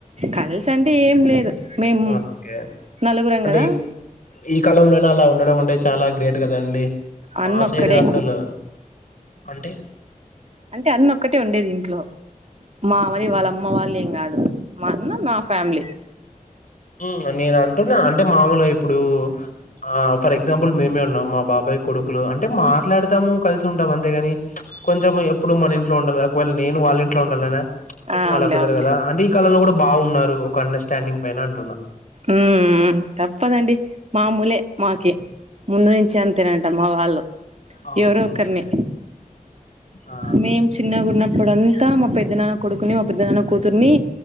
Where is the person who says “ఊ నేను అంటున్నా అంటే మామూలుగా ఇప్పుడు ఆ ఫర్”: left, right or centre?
Left